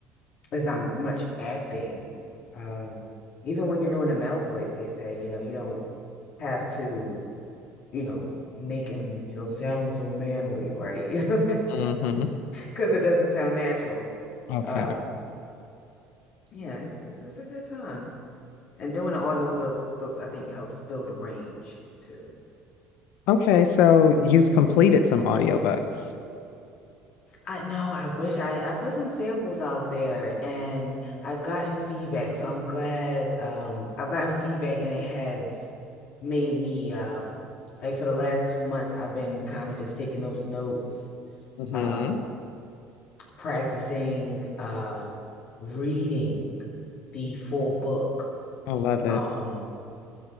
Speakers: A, on the left; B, on the left.
A: there's not m- much acting. Um, even when you're doing a male voice, they say, you know, you don't have to, you know, make him, you know, sound so manly, right? <laughs> You know,
B: hmm hmm
A: because it doesn't sound natural.
B: Okay.
A: Um, yeah, it's, it's it's a good time. And doing the audio books, books I think helps build a range too.
B: Okay, so you've completed some audiobooks.
A: I know. I wish I I put some samples out there and I've gotten feedback. So I'm glad um I've gotten feedback and it has made me um like for the last two months I've been kind of just taking those notes,
B: hmm
A: uh, practicing um reading the full book.
B: I love it.
A: Um